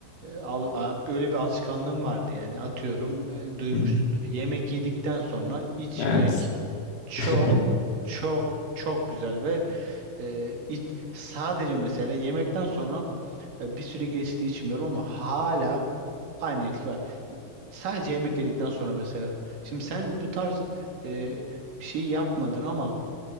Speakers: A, on the right (about 45°); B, on the left (about 55°).
A: al- a- böyle bir alışkanlığım vardı yani atıyorum e, duymuşsundur.
B: Hı hı.
A: Yemek yedikten sonra içmek
B: Evet.
A: çok
B: <laughs>
A: çok çok güzel ve e, iç- sadece mesela yemekten sonra e, bir süre geçti içmiyorum ama hala aynı etki var. Sadece yemek yedikten sonra mesela. Şimdi sen bu tarz e, bir şey yapmadın ama